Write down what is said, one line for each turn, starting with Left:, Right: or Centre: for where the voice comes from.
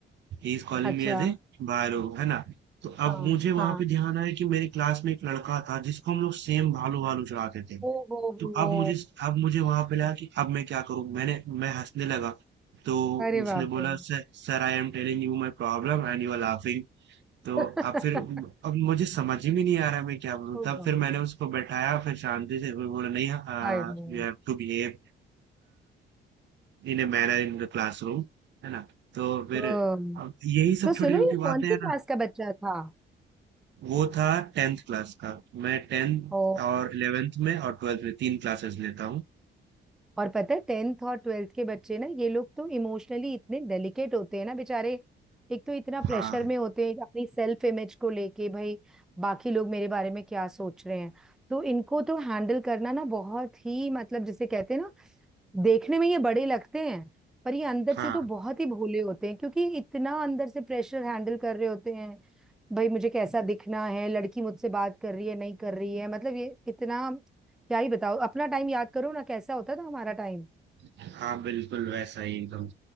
Right: He is calling
Centre: अच्छा
Right: me as a भालू है ना तो
Centre: हाँ
Right: अब मुझे वहां
Centre: हाँ
Right: पे ध्यान आया कि मेरी क्लास में एक लड़का था जिसको हम लोग सेम भालू भालू चढ़ाते थे
Centre: ओ हो
Right: तो
Centre: हो
Right: अब मुझे अब मुझे वहां पे लगा कि अब मैं क्या करूं मैंने मैं हंसने लगा तो
Centre: अरे
Right: उसने
Centre: बाप
Right: बोला
Centre: रे
Right: sir sir I am telling you my problem and you are laughing तो
Centre: <laughs>
Right: अब फिर अब मुझे समझ ही में नहीं आ रहा मैं क्या बोलूं
Centre: ओ
Right: तब
Centre: गॉड
Right: फिर मैंने उसको बैठाया फिर शांति से फिर बोला नहीं
Centre: I know
Right: you have to behave in a manner in the classroom है ना तो फिर
Centre: ओ,
Right: अब यही सब
Centre: तो सुनो
Right: छोटी छोटी
Centre: ये कौन
Right: बातें हैं
Centre: सी क्लास
Right: ना
Centre: का बच्चा था
Right: वो था टेंथ क्लास का मैं टेंथ
Centre: ओ
Right: और इलेवेंथ में और ट्वेल्थ में तीन क्लासेस लेता हूँ
Centre: और पता है टेंथ और ट्वेल्थ के बच्चे ना ये लोग तो इमोशनली इतने डेलिकेट होते हैं ना बेचारे एक तो इतना प्रेशर
Right: हाँ
Centre: में होते हैं अपनी सेल्फ इमेज को लेके भाई बाकी लोग मेरे बारे में क्या सोच रहे हैं तो इनको तो हैंडल करना ना बहुत ही मतलब जिसे कहते हैं ना देखने में ये बड़े लगते हैं पर ये अंदर
Right: हाँ
Centre: से तो बहुत ही भोले होते हैं क्योंकि इतना अंदर से प्रेशर हैंडल कर रहे होते हैं भाई मुझे कैसा दिखना है लड़की मुझसे बात कर रही है नहीं कर रही है मतलब ये इतना क्या ही बताओ अपना टाइम याद करो ना कैसा होता था हमारा टाइम
Right: हाँ, बिल्कुल वैसा ही एकदम।